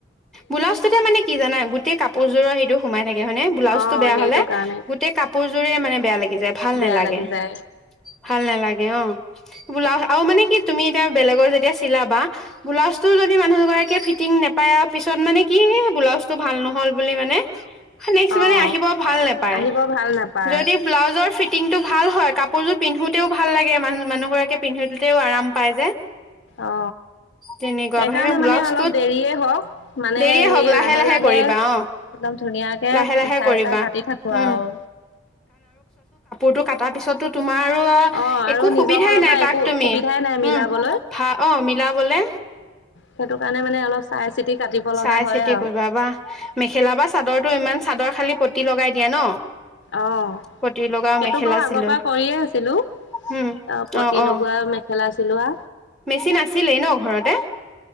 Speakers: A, in the centre; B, on the left.
A: ব্লাউজটোতে মানে কি জানা গোটেই কাপ পাজোৰ সটো সোমাই থাকে হয়নেে ব্লাউজ
B: অ'
A: টো বেয়া
B: সেইটো
A: হলে
B: কাৰণে
A: গোটেই কাপোৰযোৰে মানে বেয়া লাগি যায় ভাল
B: বেয়া
A: নালাগে,
B: লাগি যায়
A: ভাল নালাগে অ। ব্লাউজ আৰু মানে কি তুমি এতিয়া বেলেগৰ যেতিয়া চিলাবা ব্লাউজটো যদি মানুহ দুগৰাকীয়ে ফিটিং নেপা তাই আৰু পিছত মানে কি ব্লাউজ টো ভাল নহ'ল বুলি মানে নেক্স
B: অ'
A: মানে আহিব ভাল নোপায়
B: আহিব ভাল নাপায়
A: যদি ব্লাউজৰ ফীট ফিটিংটো ভাল হয় কাপোৰযোৰ পিন্ধোতেওঁ ভাল লাগে মা মানুহগৰাকীয়ে পিন্ধোতেওঁ আৰাম পায় যে
B: অ
A: তেনেকুৱা
B: সেইকাৰণে
A: কথা ব্লাউজটোত
B: মানে অলপ দেৰিয়ে হওক মানে
A: দেৰিয়ে হওক
B: সে লাহে লাহে
A: কৰিবা
B: একদম
A: অ
B: ধুনীয়াকে
A: লাহে লাহে
B: চাই
A: কৰিবা
B: চাই কাটি থাকো
A: উম
B: আৰু।
A: সেইটো কাটাৰ পিছত টো তোমাৰ আৰু
B: অ' আৰু
A: একো
B: নিজৰ
A: সুবিধাই
B: ফালৰ
A: নাই
B: পৰা
A: তাক
B: একো
A: তুমি
B: সুবিধাই নাই মিলাবলৈ
A: উম ভা অ মিলাবলে।
B: সেইটো কাৰণে মানে অলপ চাই চিতি কাটিব লগা
A: চাই
B: হয়
A: চিতি
B: আৰু
A: কৰিবা বা মেখেলা বা চাদৰটো ইমান চাদৰ খালি প্ৰতি লগাই দিয়া ন।
B: অঁ',
A: পতি লগা
B: সেইটো
A: মেখেলা
B: বাৰু আগৰ
A: চিলোৱা
B: পৰা কৰিয়ে আছিলো
A: উম
B: অঁ প্ৰতি
A: অ অ
B: লগোৱা মেখেলা চিলোৱা,
A: মেচিন আছিলেই ন ঘৰতে।